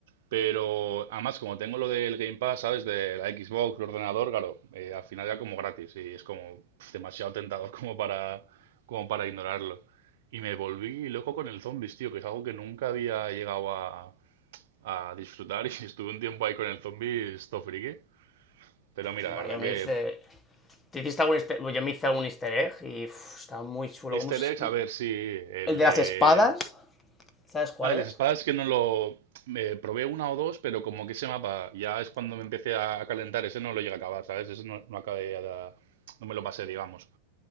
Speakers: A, on the right; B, on the left.
A: Pero además, como tengo lo del Game Pass, ¿sabes? De la Xbox, el ordenador, claro, eh, al final ya como gratis y es como pf, demasiado tentador <laughs> como para, como para ignorarlo. Y me volví loco con el Zombies, tío, que es algo que nunca había llegado a, a disfrutar <laughs> y estuve un tiempo ahí con el Zombies, esto friki. Pero mira,
B: Bueno,
A: la verdad
B: yo
A: que
B: me hice. ¿Te hiciste algún easter... Yo me hice algún easter egg y uff, está muy chulo.
A: Easter
B: ¿Cómo es?
A: eggs, a ver si el
B: El de
A: de
B: las espadas, ¿sabes cuál
A: Ah, el
B: es?
A: espadas que no lo... Me probé una o dos, pero como que ese mapa ya es cuando me empecé a a calentar. Ese no lo llegué a acabar, ¿sabes? Ese no, no acabé a la- No me lo pasé, digamos.